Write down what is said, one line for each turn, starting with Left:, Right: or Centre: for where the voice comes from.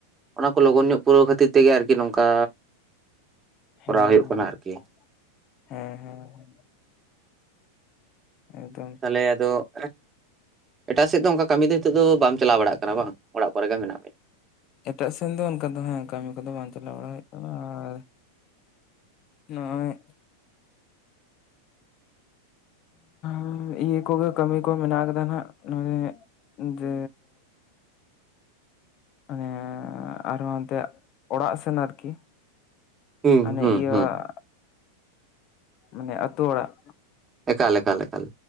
Right: ᱚᱱᱟ ᱠᱚ ᱞᱚᱜᱚᱱ ᱧᱚᱜ ᱯᱩᱨᱟᱹᱣ ᱠᱷᱟᱹᱛᱤᱨ ᱛᱮᱜᱮ ᱟᱨᱠᱤ ᱱᱚᱝᱠᱟ
Left: ᱦᱮᱸ
Right: ᱠᱚᱨᱟᱣ ᱦᱩᱭᱩᱜ
Left: ᱦᱮᱸ,
Right: ᱠᱟᱱᱟ ᱟᱨᱠᱤ
Left: ᱦᱮᱸ ᱦᱮᱸ ᱦᱮᱸ᱾ ᱮᱠᱫᱚᱢ
Right: ᱛᱟᱦᱚᱞᱮ ᱟᱫᱚ ᱮᱴᱟᱜ ᱥᱮᱫ ᱫᱚ ᱚᱱᱠᱟ ᱠᱟᱹᱢᱤ ᱫᱚ ᱦᱤᱛᱚᱜ ᱫᱚ ᱵᱟᱢ ᱪᱟᱞᱟᱣ ᱵᱟᱲᱟᱜ ᱠᱟᱱᱟ ᱵᱟᱝ? ᱚᱲᱟᱜ ᱠᱚᱨᱮ ᱜᱮ ᱢᱮᱱᱟᱜ ᱢᱮ᱾
Left: ᱮᱴᱟᱜ ᱥᱮᱱ ᱫᱚ ᱚᱱᱠᱟ ᱫᱚ ᱦᱮᱸ ᱠᱟᱹᱢᱤ ᱠᱚᱫᱚ ᱵᱟᱝ ᱪᱟᱞᱟᱣ ᱵᱟᱲᱟ ᱦᱩᱭᱩᱜ ᱠᱟᱱᱟ ᱟᱨ ᱱᱚᱜ-ᱚᱭ
Right: <inaudible>
Left: ᱩᱸ ᱤᱭᱟᱹ ᱠᱚᱜᱮ ᱠᱟᱹᱢᱤ ᱠᱚ ᱢᱮᱱᱟᱜ ᱟᱠᱟᱫᱟ ᱱᱟᱦᱟᱜ ᱱᱚᱭ ᱡᱮ ᱢᱟᱱᱮ ᱟᱨᱦᱚᱸ ᱦᱟᱱᱛᱮ ᱚᱲᱟᱜ ᱥᱮᱱ ᱟᱨᱠᱤ᱾
Right: ᱦᱩᱸ
Left: ᱟᱱᱮ
Right: ᱦᱩᱸ
Left: ᱤᱭᱟᱹ
Right: ᱦᱩᱸ
Left: ᱚᱲᱟᱜ, ᱢᱟᱱᱮ ᱟᱛᱳ ᱚᱲᱟᱜ
Right: ᱮᱠᱟᱞ ᱮᱠᱟᱞ ᱮᱠᱟᱞ᱾